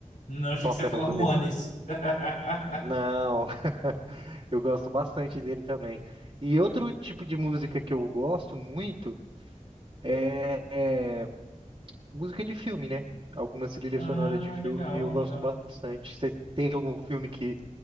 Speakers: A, on the left (about 75°); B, on the right (about 40°).
A: Não, achei
B: Toca
A: que você ia falar
B: no ukulele.
A: Juanes. <laughs>
B: Não, <laughs> eu gosto bastante dele também. E outro tipo de música que eu gosto muito é, é música de filme, né? Algumas trilhas
A: Ah,
B: sonoras de filme
A: legal,
B: eu gosto
A: legal.
B: bastante. Você tem algum filme que,